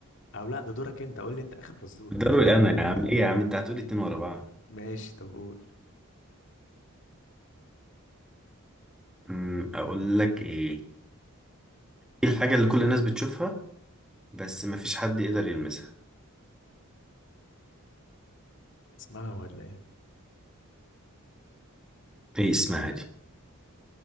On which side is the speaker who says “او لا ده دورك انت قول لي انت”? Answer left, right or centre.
Left